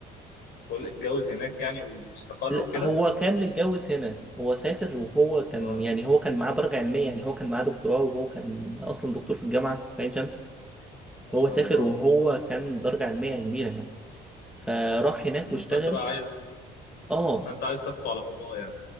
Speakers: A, on the left; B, in the centre.
A: بقول اتجوز هناك يعني واستقر
B: لا
A: وكده
B: هو كان متجوز هنا هو سافر وهو كان
A: اه
B: يعني هو كان معاه درجة علمية يعني هو كان معاه دكتوراه وهو كان أصلا دكتور في الجامعة في عين شمس
A: ما
B: هو
A: شاء
B: سافر
A: الله
B: وهو
A: ما شاء الله
B: كان
A: ايوه
B: درجة علمية كبيرة يعني فراح هناك
A: أمم،
B: واشتغل
A: فانت بقى عايز
B: اه
A: فانت عايز تخطو على خطاه يعني